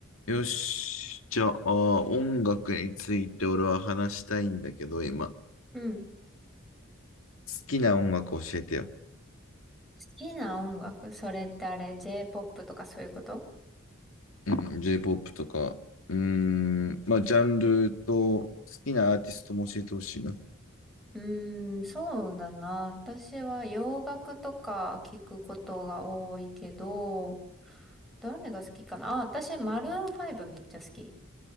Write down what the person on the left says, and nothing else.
よし。じゃあ、音楽について俺は話したいんだけど、今。好
きな音楽教えてよ。
うん、J-POP とか。うーん、まあ、ジャンルと好きなアーティストも教えてほしいな。